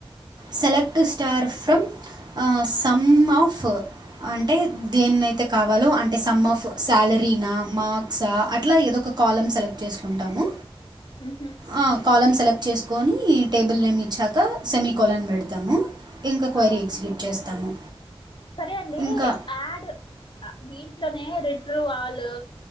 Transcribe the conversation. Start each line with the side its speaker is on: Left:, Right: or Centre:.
Right: సెలెక్ట్ స్టార్ ఫ్రమ్ ఆ సమ్ ఆఫ్ అంటే దేన్నైతే కావాలో అంటే సమ్ ఆఫ్ సాలరీనా మార్క్సా అట్లా ఏదో ఒక కాలమ్ సెలెక్ట్ చేస్కూంటాము
Left: ఉహు
Right: ఆ కాలమ్ సెలెక్ట్ చేస్ కోని టేబుల్ నేమిచ్చాక సెమీకోలన్ పెడ్తాము ఇంకా క్వైరీ
Left: ఆ
Right: ఎగ్జిక్యూట్ చేస్తాము
Left: సరే అండి
Right: ఇంకా
Left: ఆడ్ దీంట్లోనే రెట్రో వాలు